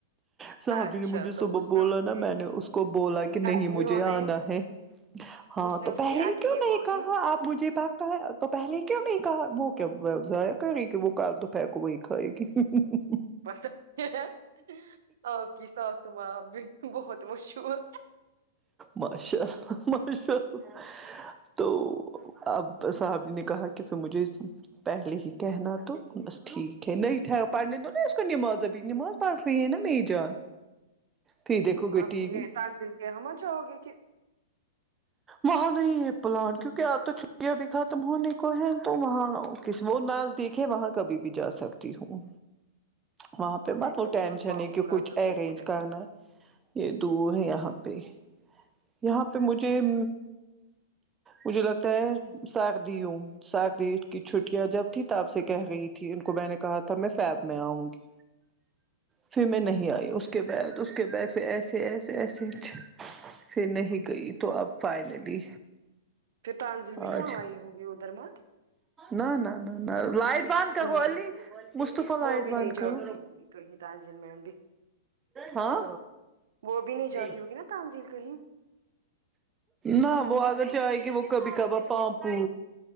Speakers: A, on the right; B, on the right.
A: صاحب
B: اچھا
A: جی نے مجھے
B: تو
A: صبح
B: اس
A: بولا
B: میں اس
A: نا
B: کی
A: میں نے اس کو بولا کہ نہیں
B: اٹکی
A: مجھے
B: ہوگی
A: آنا ہے ہاں
B: اس میں
A: تو
B: اس
A: پہلے
B: کی اٹکی
A: ہی کیوں نہیں
B: ہوگی
A: کہا آپ مجھے پکایا پہلے ہی کیوں نہیں کہا وہ کیا ضائع کر رہے گی وہ کل دوپہر کو وہی کھائے گی <inaudible>
B: مطلب یہ ہےآپ کی ساسو ماں بھی بہت مشہور
A: ماشا للہ ماشا للہ تو اب صاحب جی نے کہا کہ پھر مجھے پہلے ہی کہنا تو بس ٹھیک ہے نہیں پڑھنے دو نا اس کو نماز ابھی نماز پڑھ رہی ہے نا میری جان پھر دیکھو گے
B: آپ
A: ٹی
B: یہ
A: وی
B: تانزل کے ہمہ چاہو گے کہ
A: وہاں نہیں ہے پلان کیونکہ آپ تو چھٹیاں بھی ختم ہونے کو ہے تو وہاں کسی وہ ن زدیک ہے وہاں کبھی بھی جا سکتی ہوں وہاں پہ بت
B: ایچ
A: وہ
B: ایم
A: ٹینشن
B: ڈی اور پامپورہ
A: ہے کہ کچھ
B: تو
A: ارینج
B: دور ہے
A: کرنا ہے یہ دور ہے یہاں پہ یہاں پہ مجھےم مجھے لگتا ہے سردیوں سردی کی چھٹیاں جب تھی تپ سے کہہ رہی کہ ان کو میں نے کہا تھا میں فیب میں آؤں گی پھر میں نہیں آئی اس کے بعد اس کے بعد پھر ایسے ایسے ایسےچ پھر نہیں گئی تو اب فائنلی
B: پھر تانزل بھی کہاں
A: آج
B: آئی ہوگی ادھر مت
A: نہ نہ نہ نہ لائٹ بند
B: وہ
A: کرو
B: بھی نہیں
A: علی مصطفی
B: وہ
A: لائٹ
B: بھی نہیں
A: بند
B: جاتی
A: کرو
B: ہوگی کہیں تانزل میں بھی
A: ہاں
B: وہ بھی نہیں
A: جی
B: جاتی ہوگی نا تانزل کہیں
A: نہ وہ اگر جاۓ گی وہ کبھی کبار پامپو